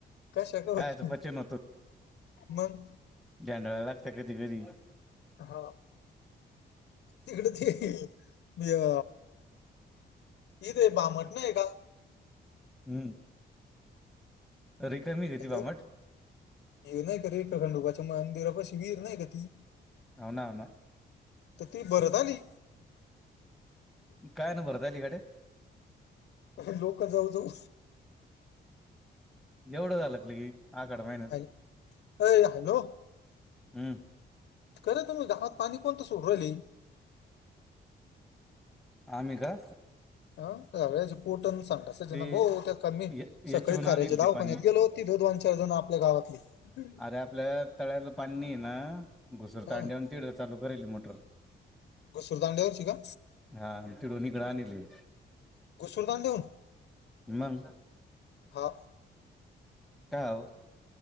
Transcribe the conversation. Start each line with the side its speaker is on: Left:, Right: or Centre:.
Left: कशा करू,
Centre: खायचं पचन
Left: मग
Centre: <unintelligible> लागत कधी कधी
Left: हा तिकडे ते, या इथे भामट नाहीय का?
Centre: हम्म. रिकामी घेती
Left: हॅलो,
Centre: भामट
Left: हे नाही का रेणुका खंडोबाच्या मंदिरापाशी विहीर नाही का ती
Centre: हाव ना, ना
Left: तर ती भरत आली
Centre: काय ना, भरत आली गड्या
Left: लोक जाऊ, जाऊ
Centre: एवढं झालं की आखाड महिन्यात,
Left: हॅल- अय हॅलो
Centre: हम्म
Left: खरं तुम्ही गावात पाणी कोण तर सोडु राहिले
Centre: आम्ही का
Left: आ <inaudible> सांग असं जण
Centre: ते
Left: भो त्या कमी
Centre: य-
Left: सकाळी
Centre: याच्याहून
Left: खाऱ्याया
Centre: आणेल ते
Left: दावाखान्यात
Centre: पाणी
Left: गेलो होती दो दोन चार जण आपल्या गावातली हम्म
Centre: अरे आपल्या तळ्याला पाणी नाही ना घुसर
Left: हा
Centre: तांड्यान तिड चालू करेल मोटर
Left: घुसूर दांड्यावरची का
Centre: हा तिकडून इकडं आणिले.
Left: घुसुर दांड्यावुन
Centre: मग
Left: हा
Centre: काय आहो